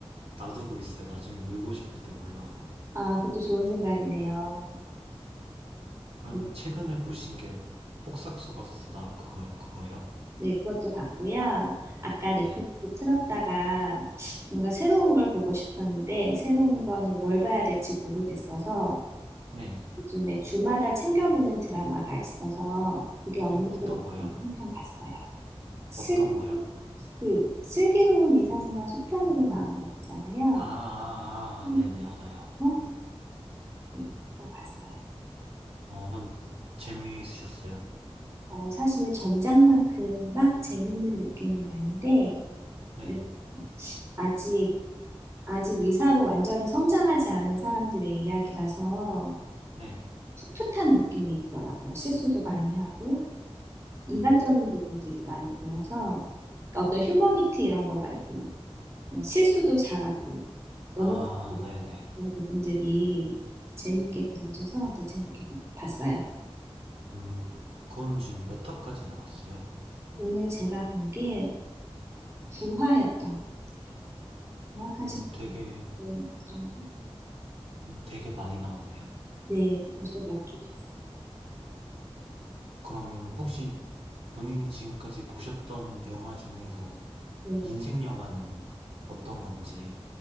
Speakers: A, on the right; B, on the right.
A: 놔두고 있어요. 나중에 울고 싶을 때 보려고.
B: <laughs> 아, 그것도 좋은 생각이네요.
A: 그럼
B: 네,
A: 최근에 보신 게 폭삭속았수다, 그거, 그거예요?
B: 네, 그것도 봤고요. 아까 넷플릭스
A: 네.
B: 틀었다가 뭔가 새로운 걸 보고 싶었는데 새로운 거는 뭘 봐야 될지 모르겠어서
A: 네.
B: 요즘에 주마다 챙겨보는 드라마가 있어서 그게 없는
A: 어, 어떤
B: 것 같은데
A: 거요?
B: 한편 봤어요. 슬,
A: 어떤 거요?
B: 그 슬기로운 의사생활 속편으로 나온 거 있잖아요.
A: 아, 아, 아,
B: 음.
A: 아, 네네,
B: 음.
A: 알아요.
B: 음. 네, 그거 봤어요.
A: 어, 그건 재미있으셨어요?
B: 어, 사실 전작만큼 막 재밌는 느낌은 아닌데,
A: 네.
B: 그래- 아직, 아직 의사로 완전히 성장하지 않은 사람들의 이야기라서
A: 네.
B: 풋풋한 느낌이 있더라고요. 실수도 많이 하고, 인간적인
A: 음,
B: 부분들이 많이 보여서, 어떤 휴머니티
A: 네.
B: 이런 거 말고, 그냥 실수도 잘하고, 넘어지기도
A: 아, 아,
B: 잘하는
A: 네네.
B: 그런 부분들이 재밌게 그려져서 되게 재밌게 보- 봤어요.
A: 음, 그건 지금 몇 화까지 나왔어요?
B: 오늘 제가 본 게 구화였던 것 같아요. 정확하진
A: 어,
B: 않은데,
A: 되게,
B: 그 정도?
A: 음, 되게 많이 나왔네요.
B: 네, 벌써 몇 주 됐어요.
A: 음, 그럼 혹시 본인이 지금까지 보셨던 영화 중에서
B: 네,
A: 인생 영화는 어떤 건지?